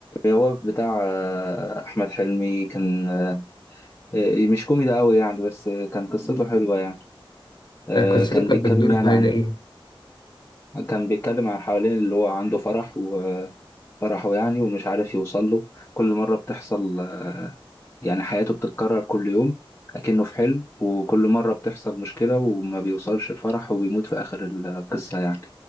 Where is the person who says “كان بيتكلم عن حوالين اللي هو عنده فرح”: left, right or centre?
Left